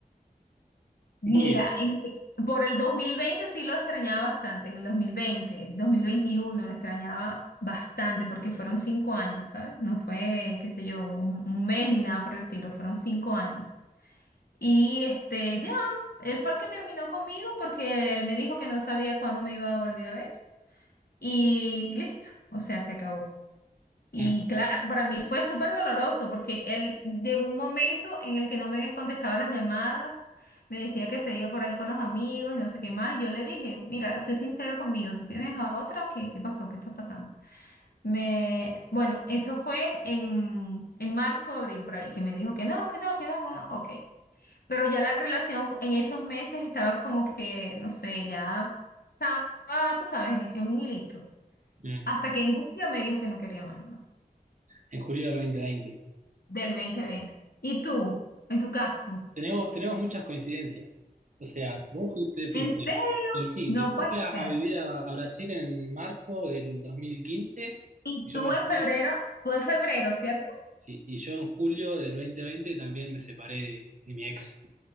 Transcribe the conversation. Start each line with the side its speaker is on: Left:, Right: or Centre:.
Left: Mira,
Right: Un poquito.
Left: en- por el 2020 sí lo extrañaba bastante, en el 2020, 2021 lo extrañaba bastante porque fueron cinco años, ¿sabes? No fue, qué sé yo, un, un mes ni nada por el estilo, fueron cinco años. Y este, ya, él fue el que terminó conmigo porque él me dijo que no sabía cuándo me iba a volver a ver y listo, o sea, se acabó. Y
Right: Mm,
Left: claro, para mí fue súper doloroso porque él llegó un momento en el que no me contestaba las llamadas, me decía que se iba por ahí con los amigos y no sé qué más. Yo le dije, mira, sé sincero conmigo, ¿tú tienes a otra o qué, qué pasó? ¿Qué está pasando? Me, bueno, eso fue en, en marzo, abril, por ahí, que me dijo que no, que no, que no, no, ok. Pero ya la relación en esos meses estaba como que, no sé, ya estaba, tú sabes, en, en un hilito.
Right: mm.
Left: Hasta que en julio me dijo que no quería más.
Right: En julio del 2020.
Left: del 2020. ¿Y tú? En tu caso.
Right: tenemos, tenemos muchas coincidencias. O sea, vos te, te fuiste.
Left: ¿En serio?
Right: Y sí,
Left: No
Right: te
Left: puede
Right: fuiste a,
Left: ser.
Right: a vivir a, a Brasil en marzo del 2015.
Left: ¿Y
Right: Yo
Left: tú
Right: me
Left: en
Right: fui,
Left: febrero? Tú en febrero, ¿cierto?
Right: sí, y yo en julio del 2020 también me separé de, de mi ex,